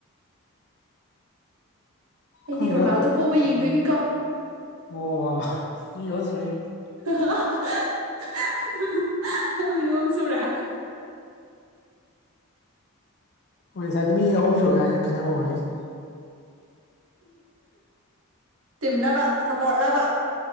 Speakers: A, on the right; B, on the left.
A: ꯑꯩꯗꯤ
B: ꯈꯪꯗꯦꯗ
A: ꯔꯣꯅꯥꯜꯗꯣ ꯄꯣꯕ
B: <unintelligible>
A: ꯌꯦꯡꯗꯣꯏꯅꯤꯀꯣ <unintelligible> ꯌꯨꯝ ꯁꯨꯨꯔꯦ
B: ꯍꯣꯏ ꯁꯥꯏ ꯃꯤ ꯑꯍꯨꯝ ꯁꯨꯔꯝꯃꯦꯍꯥꯏꯅ ꯈꯟꯅꯕ ꯍꯧꯔꯛꯏꯁꯦ
A: ꯇꯤꯝꯂꯕ ꯁꯄꯣꯠꯂꯕ